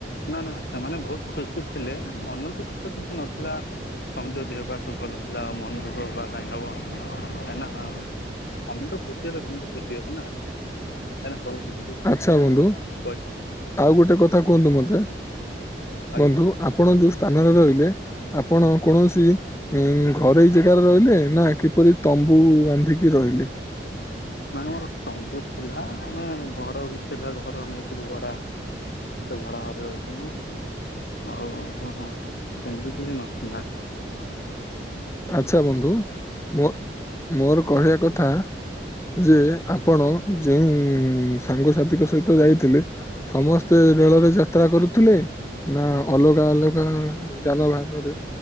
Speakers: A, on the left; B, on the left.
A: ନା ନା ସେମାନେ ବହୁତ ଖୁସି ଥିଲେ। ମନ ଦୁଃଖ ତ କିଛି ନଥିଲା। ସମିତିଙ୍କ ଦେହ ପାହ ତ ଭଲ ଥିଲା। ଆଉ ମନ ଦୁଃଖ ବା କାହିଁ ହବ। କାହିଁକିନା ଆଉ ସମେତେ ଖୁସି ହେଲେ ସମସ୍ତେ ଖୁସି ହେବେ ନା। କାହିଁକି ନା <unintelligible> ସେଇଠି ବୁଲିଆ
B: ଆଚ୍ଛା ବନ୍ଧୁ
A: ଆଁ
B: ଆଉ ଗୋଟେ କଥା କୁହନ୍ତୁ ମତେ
A: ଆଜ୍ଞା।
B: ବନ୍ଧୁ। ଆପଣ ଯୋଉ ସ୍ଥାନରେ ରହିଲେ, ଆପଣ କୌଣସି ଉଁ ଘରୋଇ ଜେଗାରେ ରହିଲେ ନା କିପରି ତମ୍ବୁ ବାନ୍ଧିକି ରହିଲେ?
A: ନାଇ ଆମର ତମ୍ବୁ ଥିଲା। ଆମେ ଘର ବି ଥିଲା। ଘର ନେଇଥିଲୁ ଭଡା। ସେ ଭଡାଘରେ ରହିଥିନୁ। ଆଉ ତ ସେମିତି କିଛି ନଥିଲା।
B: ଆଚ୍ଛା ବନ୍ଧୁ ମୋ-ମୋର କହିବା କଥା ଯେ ଆପଣ ଯେଉଁ ଉଁ ସାଙ୍ଗସାଥିଙ୍କ ସହିତ ଯାଇଥିଲେ ସମସ୍ତେ ରେଳରେ ଯାତ୍ରା କରୁଥିଲେ? ନା, ଅଲଗା ଅଲଗା ଯାନବାହନରେ